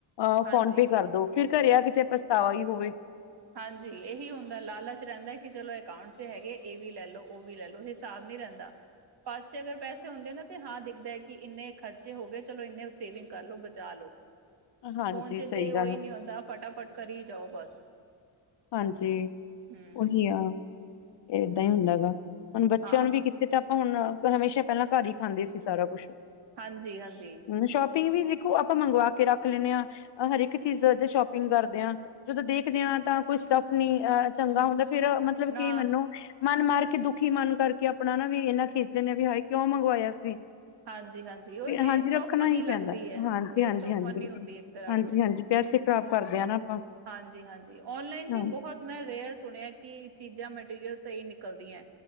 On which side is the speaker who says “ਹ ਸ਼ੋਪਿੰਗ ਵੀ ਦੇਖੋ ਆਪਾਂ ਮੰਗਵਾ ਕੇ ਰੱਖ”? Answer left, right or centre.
Left